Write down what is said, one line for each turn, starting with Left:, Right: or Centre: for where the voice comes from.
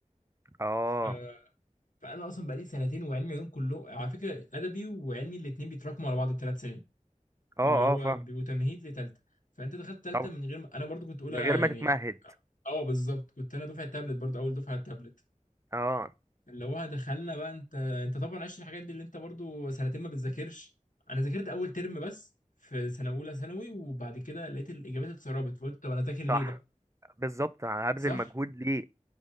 Right: اه
Left: ف... فانا اصلا بقالي سنتين وعلمي علوم كله على فكره ادبي وعلمي الاثنين بيتراكموا على بعض الثلاث سنين
Right: اه
Left: اللي هو
Right: اه فاهم
Left: بيبقوا تمهيد لثالثه فانت دخلت ثالثه
Right: طبعا
Left: من غير ما... انا برضو كنت اولى
Right: من غير ما
Left: يعني
Right: تتمهد
Left: اه بالظبط كنت انا دفعه تابلت برضو اول دفعه تابلت
Right: اه
Left: اللي هو دخلنا بقى انت انت طبعا عشت الحاجات دي اللي انت برضو سنتين ما بتذاكرش انا ذاكرت اول ترم بس في سنه اولى ثانوي وبعد كده لقيت الاجابات اتسربت فقلت طب انا ذاكر ليه
Right: صح
Left: بقى
Right: بالظبط هبذل
Left: صح
Right: مجهود ليه